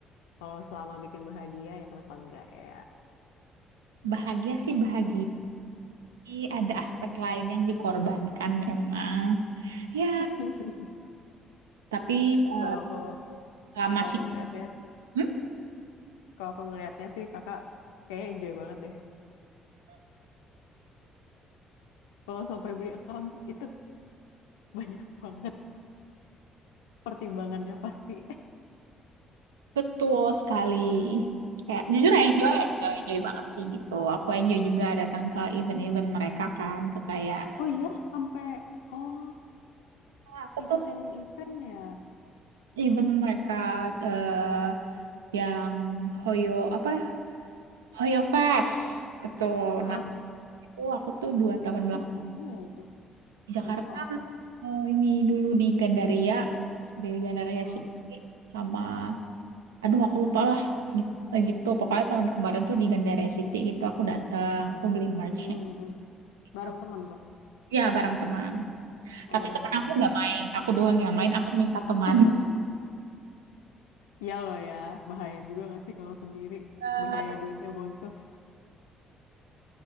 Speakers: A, on the left (about 70°); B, on the right (about 80°).
A: Kalau selama bikin bahagia ya kenapa enggak ya?
B: Bahagia sih bahagia, tapi ada aspek lain yang dikorbankan memang. Ya,
A: <laughs>
B: tapi eh,
A: Kalau aku
B: selama
A: kalau
B: sih
A: aku ngelihatnya sih,
B: Hmm,
A: kalau aku ngelihatnya sih kakak kayaknya enjoy banget deh. Kalau sampai beli account itu Banyak banget pertimbangannya pasti.
B: betul sekali. Kayak jujur
A: Mm-mm.
B: ya, enjoy, enjoy, enjoy banget sih gitu. Aku enjoy juga datang ke event-event mereka kan, ke kayak
A: Oh iya, sampai oh
B: "Ah, aku
A: ngikutin
B: tuh
A: event ya.
B: event mereka eh yang Hoyo apa ya? Hoyo Fest gitu.
A: Heeh.
B: Nah, itu aku tuh dua tahun
A: Itu di mana ya itu?
B: Di Jakarta
A: Lupa aku.
B: oh, ini dulu di Gandaria, di Gandaria
A: Heeh.
B: City sama aduh aku lupa lah gitu, gitu. Pokoknya tahun kemarin tuh di Gandaria City gitu aku datang, aku beli merch-nya
A: Mm, mm.
B: gitu.
A: Bareng temen tuh.
B: Ya barang teman.
A: Hmm.
B: Tapi teman aku nggak main, aku doang yang main, aku minta teman.
A: <laughs>
B: <laughs>
A: Iya loh ya, bahaya juga gak sih kalau sendiri?
B: Eh,
A: Bahaya duitnya boncos.